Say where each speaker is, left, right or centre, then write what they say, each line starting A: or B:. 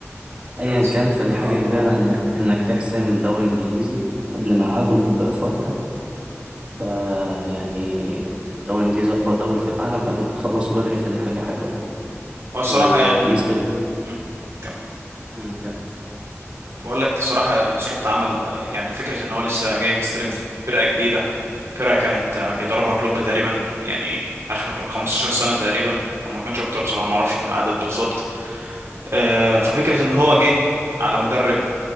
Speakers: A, on the right (about 20°); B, on the right (about 60°).
A: أيا
B: يا بس-
A: كان فدي
B: اه
A: حاجة كبيرة إنك إنك تحسم دوري إنجليزي قبل ميعاده بفترة ف يعني الدوري الإنجليزي أقوى دوري في العالم فإنك تخلصه بدري فدي حاجة حلوة يعني
B: هو الصراحة
A: ويثبت
B: يعني مم. كمل
A: مم، كمل.
B: بقول لك الصراحة يعني سلوت عمل يعني فكرة ان هو لسه جاي مستلم فرقة جديدة فرقة كانت آه، بيدربها كلوب تقريبا يعني اخر 15 سنة تقريبا او ما كانش اكتر صراحة ما اعرفش العدد بالظبط آه، ففكرة ان هو جه على مدرب